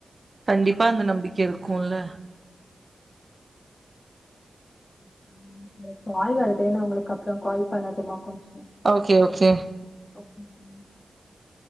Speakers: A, on the right; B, on the left.
A: கண்டிப்பா அந்த நம்பிக்கை இருக் க்கும்ல
B: <inaudible> கால் வருதுேன்னு உங்களுக்கு அப்புறம் கால் பண்ணட்டுமா கொஞ்சம்
A: ஓகே ஓகே
B: ஓகே